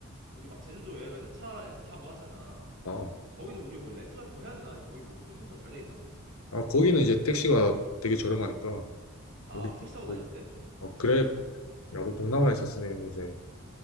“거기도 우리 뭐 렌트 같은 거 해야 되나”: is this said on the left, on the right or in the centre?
Right